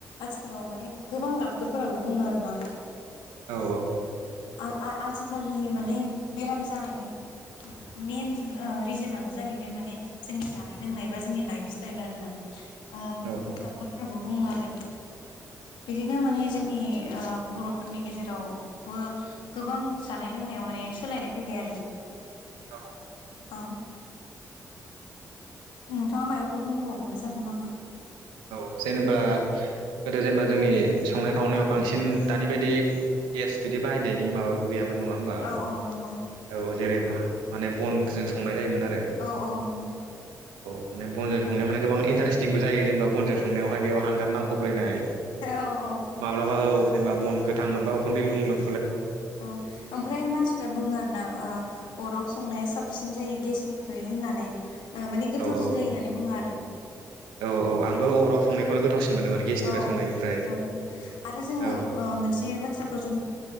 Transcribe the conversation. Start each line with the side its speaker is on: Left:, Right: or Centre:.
Left: आथिखालाव माने गोबां डक्ट डक्टरफोराबो बुङो आरो ना
Right: औ
Left: आ आथिखालिनि माने बेराम जानायनि मेन रिजोनानो जाहैबाय माने जोंनि जानाय लोंनाय बा जोंनि लाइफ स्टाइल आरो ना। बेखौथ'
Right: औ
Left: डक्टरफोराबो बुङो आरो। बिदिनो माने जोंनि बर'फोरनि गेजेरावबो गोबां जानाय लों नायाव‌ माने सोलायनाय फैबाय आरो।
Right: औ
Left: औ नोंथाङा माबाखौ बुंबावरनो सानदों नामा?
Right: औ जेनेबा गोदो जेनेबा जोंनि संनाय खावनायाव बांसिन दानि बायदि गेस बिदि बाहायनायनि माबा बो गैयामोन नङा होबा
Left: औ औ नंगौ
Right: औ जेरै माने बनजों संनाय जायोमोन।
Left: औ औ नंगौ।
Right: मान बनजों संनायावान गोबां इन्टारेस्टिंबो जायो जेनेबा बनजों संनायावहाय बेव हांगारनांफा फबलायनाय
Left: औ औ
Right: माब्लाबा औ जेनेबा बन गोथां मोनबा उखुन्दै लुं लुं
Left: औ ओमफ्राय मानसिफ्रा बुङो आरो ना अराव संनाया साबसिन जायो। गेसनिख्रुइ होननानै माने गोथावसिन
Right: औ औ
Left: जायो होननानै बुङो आरो।
Right: औ औ आंबो अराव संनायखौनो गोथावसिन मोनोमोन गेसनिफ्राय
Left: औ
Right: संनायनिफ्राय
Left: नंगौ आरो जोङो
Right: औ
Left: मोनसे बाथ्राखौ जों